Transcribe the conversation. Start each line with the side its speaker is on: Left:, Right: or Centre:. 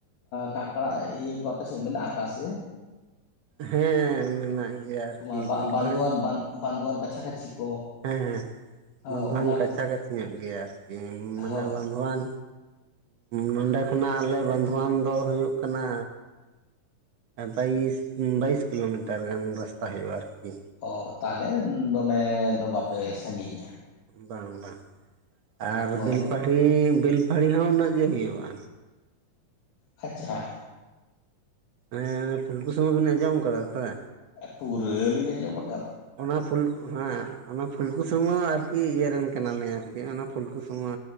Left: ᱠᱟᱸᱠᱲᱟ ᱤᱭᱟᱹ ᱠᱚ ᱟᱯᱮ ᱥᱮᱫ ᱢᱮᱱᱟᱜ ᱟᱠᱟ ᱥᱮ
Right: ᱦᱮᱸ ᱢᱮᱱᱟᱜ ᱜᱮᱭᱟ ᱟᱨᱠᱤ
Left: ᱛᱢᱟᱨ <unintelligible>
Right: ᱵᱮᱞᱯᱟᱦᱟᱲᱤ
Left: ᱵᱟᱱᱫᱚᱟᱱ ᱵᱟᱱᱫᱣᱟᱱ ᱠᱟᱪᱷᱟ ᱠᱟᱪᱷᱤ <unintelligible>
Right: ᱦᱮᱸ ᱦᱮᱸ
Left: ᱦᱚᱸ
Right: ᱵᱟᱟᱱᱫᱷᱣᱟᱱ
Left: ᱚᱱᱟ
Right: ᱠᱟᱪᱷᱟ
Left: ᱠᱚ
Right: ᱠᱟᱪᱷᱤ ᱧᱚᱜ ᱜᱮᱭᱟ ᱟᱨᱠᱤ ᱢᱟᱱᱮ
Left: ᱦᱳᱭ
Right: ᱵᱟᱱᱫᱷᱣᱟᱱ ᱱᱚᱸᱰᱮ ᱠᱷᱚᱱᱟᱜ ᱟᱞᱮ ᱵᱟᱱᱫᱷᱩᱣᱟᱱ ᱫᱚ ᱦᱩᱭᱩᱜ ᱠᱟᱱᱟ ᱵᱟᱭᱤᱥ ᱵᱟᱭᱤᱥ ᱠᱤᱞᱳᱢᱤᱴᱟᱨ ᱜᱟᱱ ᱨᱟᱥᱛᱟ ᱦᱩᱭᱩᱜᱼᱟ ᱟᱨᱠᱤ
Left: ᱚ ᱛᱟᱦᱚᱞᱮ ᱫᱚᱢᱮ ᱫᱚ ᱵᱟᱯᱮ ᱥᱟᱺᱜᱤᱧᱟ
Right: ᱵᱟᱝ ᱵᱟᱝ ᱟᱨ
Left: ᱚ
Right: ᱵᱮᱞᱯᱟᱲᱦᱤ ᱵᱮᱞᱯᱟᱦᱟᱦᱟᱲᱤ ᱦᱚᱸ ᱩᱱᱟᱹᱜ ᱜᱮ ᱦᱩᱭᱩᱜᱼᱟ
Left: ᱟᱪᱷᱟ ᱾
Right: ᱦᱮᱸ ᱯᱷᱩᱞᱠᱩᱥᱢᱩ ᱵᱮᱱ ᱟᱸᱡᱚᱢ ᱟᱠᱟᱫᱟ ᱛᱚᱵᱮ
Left: ᱯᱩᱨᱟᱹ ᱞᱤᱧ ᱟᱡᱚᱢᱟᱠ
Right: ᱚᱱᱟ ᱯᱷᱱ ᱦᱮᱸ <unintelligible> ᱚᱱᱟ ᱯᱷᱩᱞᱠᱩᱥᱢᱟᱹ ᱟᱨᱠᱤ ᱤᱭᱟᱹ ᱨᱮᱱ ᱠᱟᱱᱟᱞᱤᱧ ᱟᱨᱠᱤ ᱚᱱᱟ ᱯᱷᱩᱞᱠᱩᱥᱢᱟᱹ